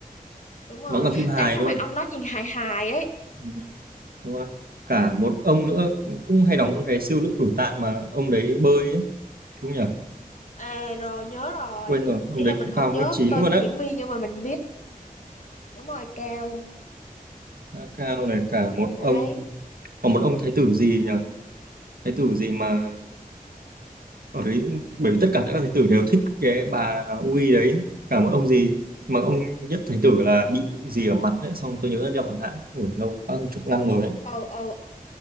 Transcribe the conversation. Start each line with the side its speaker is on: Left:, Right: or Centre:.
Left: đúng rồi
Right: đóng cả phim hài
Left: ấy nhưng
Right: luôn
Left: mà ông đó nhìn hài hài ấy
Right: ừ, đúng rồi cả một ông nữa cũng hay đóng cái siêu nữ cử tạ mà ông đấy bơi ấy đúng nhỉ
Left: à rồi nhớ rồi
Right: quên rồi ông
Left: ý
Right: đấy
Left: là mình
Right: cũng
Left: không
Right: cao một
Left: nhớ
Right: mét chín
Left: tên
Right: luôn á
Left: diễn viên nhưng mà mình biết đúng rồi cao
Right: Khá cao này cả một
Left: đấy
Right: ông còn một ông thái tử gì nhỉ thái tử gì mà ở đấy bởi vì tất cả các thái tử đều thích cái bà Uy đấy cả một ông gì mà ông nhất thái tử là bị gì ở mặt đấy xong tôi nhớ là đeo mặt nạ ngồi lâu quá rồi, chục năm rồi đấy
Left: ờ ờ